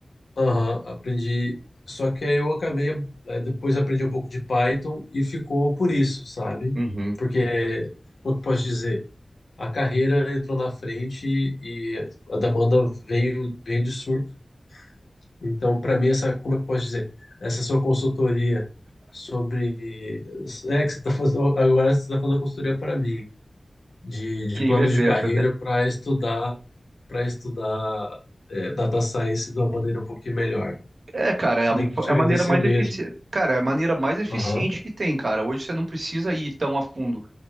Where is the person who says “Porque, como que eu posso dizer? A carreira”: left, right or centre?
Left